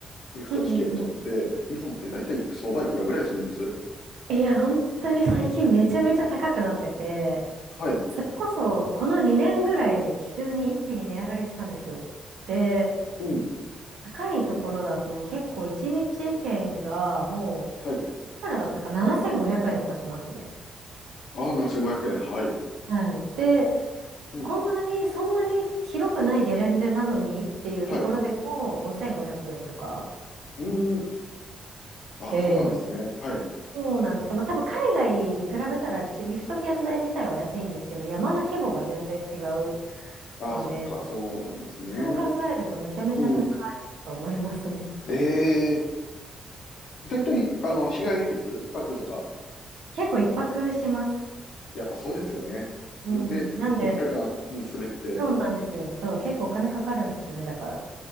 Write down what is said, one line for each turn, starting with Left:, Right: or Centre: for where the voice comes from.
Left: リフトチケットって、
Right: うんうんうん
Left: 日本って大体相場いくらぐらいするんです
Right: いや、本当に最近めちゃめちゃ高くなってて、
Left: はい。
Right: それこそこの2年ぐらいで急に一気に値上がりしたんですよ。で、
Left: うん。
Right: 高いところだと結構1日券がもう、
Left: はい。
Right: いくらだったか7500円とかしますね。
Left: ああ、7500円。はい。
Right: はい。で、
Left: うん。
Right: こんなに、そんなに広くないゲレンデなのにっていうところでも5500円とか
Left: はい。うーん。ああ、
Right: で、
Left: そうなんですね。はい。
Right: そうなんですよ。まあ多分海外に比べたらちリフト券代自体は安いんですけど、山の規模が全然違う
Left: うん。ああ、
Right: ので、
Left: そっか。そうなんですね。
Right: そう考えるとめちゃめちゃ高いなと思いますね。
Left: うん。ええ大体、あの、日帰りです。一泊とか。
Right: 結構一泊します。
Left: やっぱそうですよね。
Right: うん。
Left: うんで、
Right: なんで、
Left: 二日間、うん、滑って。
Right: そうなんですよ。そう、結構お金かかるんですよね、だから。